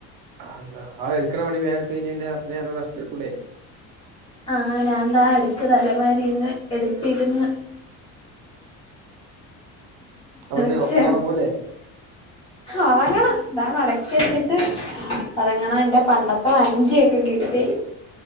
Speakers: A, on the right; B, on the left.
A: അതെന്താ ആ എടുക്കണ പണി വേഗം എടുത്ത് കഴിഞ്ഞ് പിന്ന അത്രനേരം റസ്റ്റ് എടുത്തൂടേ
B: ആഹ് ഞാൻ താ അടുത്തത് തലമാരിന്ന് എടുത്തിടുന്ന്
A: അപ്പൊ ഇന്ന്
B: ശ്ശെ
A: ഇന്ന് ഒർങ്ങൂല്ലേ
B: ഒറങ്ങണം ദാ മടക്കി വച്ചിട്ട് ഒറങ്ങണം എന്റെ പണ്ടത്തെ വഞ്ചിയൊക്കെ കിട്ടി